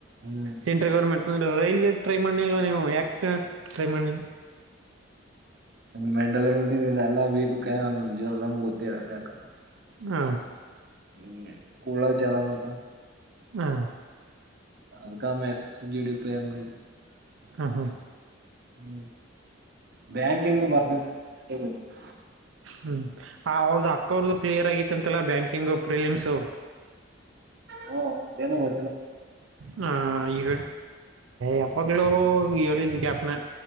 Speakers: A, on the right (about 55°); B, on the right (about 80°).
A: ಹ್ಮ್
B: ಸೆಂಟ್ರಲ್ ಗೌರ್ಮೆಂಟ್ -- ರೈಲ್ವೆ ಮಾಡ್ಲಿಲ್ವ ನೀವು ಯಕ್ ಟ್ರೈ ಮಾಡ್ಲಿಲ್ಲಾ.
A: ಮೆಂಟಲ್ <unintelligible> ವೀಕು ಕ <unintelligible> ಗೊತ್ತಿಲ್ಲ ಯಾಕೊ.
B: ಹ
A: ಹ್ಮ್ ಕುಳ್ಳ <unintelligible>
B: ಹ
A: ಅನ್ಕ ಮೆಸ್ ಜಿ ಡಿ ಪಿ <unintelligible>
B: ಹ ಹಾ
A: ಹ್ಮ್ ಬ್ಯಾಂಕಿಂಗ್ <unintelligible>
B: ಹ್ಞೂ ಅವ್ರದ್ ಅಕ್ಕಅವ್ರದ್ದು ಕ್ಲಿಯರ್ ಆಗಿತ್ತಂತಲ್ಲ ಬ್ಯಾಂಕಿಂಗು ಪ್ರಿಲಿಮ್ಸು.
A: ಹ್ಮ ಏನು ಗೊ
B: ಹ ಇಗ ಯಾವಾಗ್ಲೂ ಹೇಳಿದ್ ಕ್ಯಾಪ್ನ